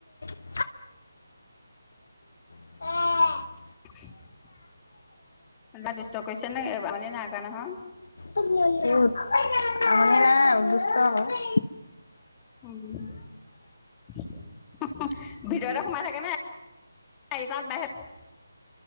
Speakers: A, on the left; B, on the left.
A: <unintelligible> <inaudible>
B: <inaudible> <unintelligible> দুষ্ট কৈছে নে <unintelligible> আমনি নাই কৰা নহয়
A: <unintelligible>
B: <unintelligible> ভিতৰতে সোমাই থাকে নে <unintelligible> বাহিৰত